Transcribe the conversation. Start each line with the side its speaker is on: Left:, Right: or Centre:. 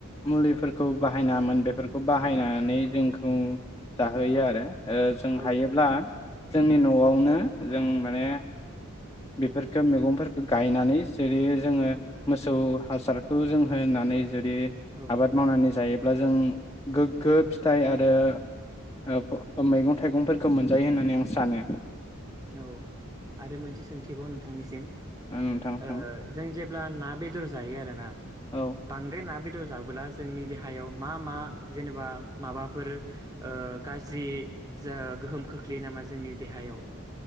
Left: मुलिफोरखौ बाहायनामोन बेफोरखौ बाहायनानै जोंखौ जाहोयो आरो ओ जों
Right: औ
Left: हायोब्ला जोंनि नआव नो जों माने बेफोरखो मैगंफोरखो गायनानै जेरै जोङो मोसौ हासारखौ जों होननानै बे
Right: औ
Left: आबाद मावनानै जायो अब्ला जों गोग्गो फिथाइ आरो ओ ओ मैगं थाइगंफोरखौ मोनजायो होननानै आं सानो
Right: औ आरो मोनसे सोंथिबाव नोंथांनिसिम
Left: नोंथां
Right: ओ जों जे ब्ला ना बेदर जायो आरो ना
Left: औ
Right: बांद्राय ना‌ बेदर जाबोलासो जोंनि देहायाव मा मा जेनेबा माबाफोर ओ गाज्रि गोहोम खोख्लैयो नामा जोंनि देहायाव